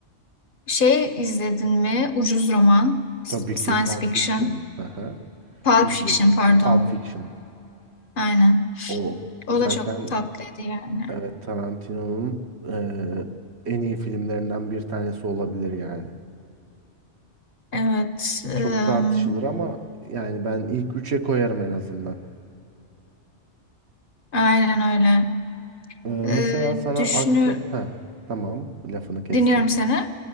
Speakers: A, on the left; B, on the right.
A: şey izledin mi? Ucuz roman, s-
B: Tabii ki
A: science
B: Pulp
A: fiction,
B: Fiction. Aha,
A: pulp
B: izledim.
A: fiction pardon.
B: Pulp Fiction.
A: Aynen.
B: O
A: O
B: zaten
A: da çok tatlıydı yani.
B: Evet Tarantino'nun eee, en iyi filmlerinden bir tanesi olabilir yani.
A: Evet,
B: Çok
A: ım,
B: tartışılır ama yani ben ilk üçe koyarım en azından.
A: aynen öyle.
B: Eee, mesela
A: Ee,
B: sana
A: düşünü
B: aksiyon... Heh, tamam lafını kestim.
A: dinliyorum seni.